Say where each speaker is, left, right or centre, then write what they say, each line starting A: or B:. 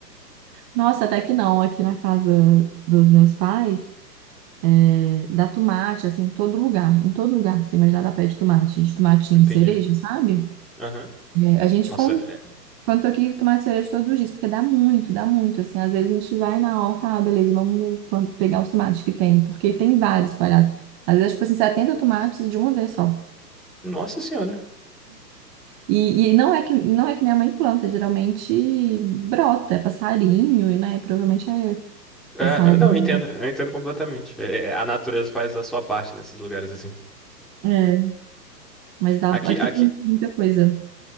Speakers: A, on the right; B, in the centre.
A: Nossa, até que não, aqui na casa dos meus pais, é, dá tomate, assim, em todo lugar, em todo lugar que você imaginar dá pé de tomate, de tomatinho
B: Entendi.
A: cereja, sabe?
B: Aham.
A: É, a gente
B: Nossa,
A: come
B: é-
A: Quando tô aqui, tomate cereja todos os dias, porque dá muito, dá muito, assim. Às vezes a gente vai na horta, ah, beleza, vamos plan- pegar os tomates que tem, porque tem vários espalhados. Às vezes, tipo assim, 70 tomates de uma vez só.
B: Nossa Senhora.
A: E, e não é que, não é que minha mãe planta, geralmente brota, é passarinho, né? Provavelmente é passarinho.
B: É, eu não, eu entendo, eu entendo completamente. É, é, a natureza faz a sua parte nesses lugares assim.
A: É, mas dá,
B: Aqui,
A: aqui
B: aqui,
A: tem muita coisa.